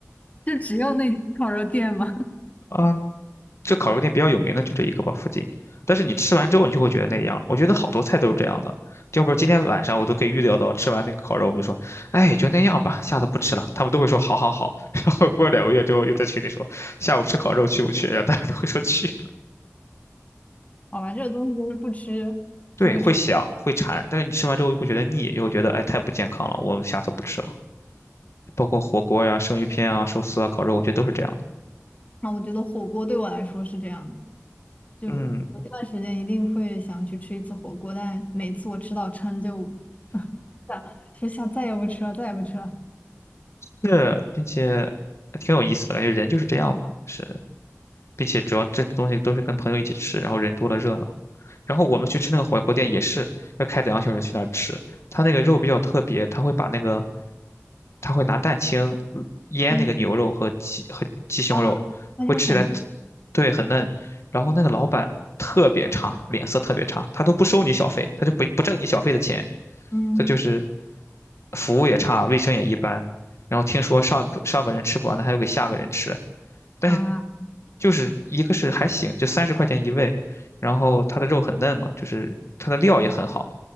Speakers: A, on the left; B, on the left.
A: 就只有那烤肉店吗？
B: 啊，这烤肉店比较有名的就这一个吧，附近。但是你吃完之后，你就会觉得那样。我觉得好多菜都是这样的，要不是今天晚上我都可以预料到，吃完那个烤肉，我们就说，哎，也就那样吧，下次不吃了。他们都会说好好好。<laughs> 然后过两个月之后，又在群里说下午吃烤肉去不去？然后大家都会说去。
A: <laughs> 好吧，这个东西就是不吃就会馋。
B: 对，会想，会馋，但是你吃完之后又会觉得腻，又会觉得哎太不健康了，我下次不吃了。包括火锅呀、生鱼片啊、寿司啊、烤肉，我觉得都是这样的。
A: 那我觉得火锅对我来说是这样的。就我这段时间一定会想去吃一次火锅，
B: 嗯，
A: 但每次我吃到撑就想说下再也不吃了，再也不吃了。
B: 那并且还挺有意思的，感觉人就是这样嘛，是，并且主要这东西都是跟朋友一起吃，然后人多了热闹。然后我们去吃那个火锅店也是要开两个小时去那儿吃，他那个肉比较特别，他会把那个他会拿蛋清呃腌那个牛肉和鸡和鸡胸肉，
A: 嗯，哦，那就很
B: 会吃起来特，对，很嫩。然后那个老板特别差，脸色特别差，他都不收你小费，他就不不挣你小费的钱，
A: 嗯
B: 他就是服务也差，卫生也一般。然后听说上个上个人吃不完的，还要给下个人吃，但是
A: 啊，
B: 就是一个是还行，就三十块钱一位，然后他的肉很嫩嘛，就是他的料也很好。